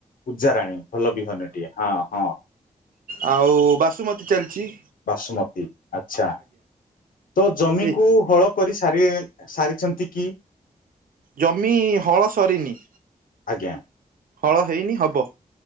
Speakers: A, on the left (about 85°); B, on the right (about 85°).
A: ପୂଜା ରାଣୀ ଭଲ ବିହନ ଟିଏ ହଁ ହଁ।
B: ଆଉ ବାସୁମତୀ ଚାଲିଛି।
A: ବାସୁମତୀ ଆଚ୍ଛା। ତ ଜମିକୁ
B: ଏ
A: ହଳ କରି ସାରି ସାରିଛନ୍ତି କି?
B: ଜମି ହଳ ସରିନି।
A: ଆଜ୍ଞା।
B: ହଳ ହେଇନି ହବ।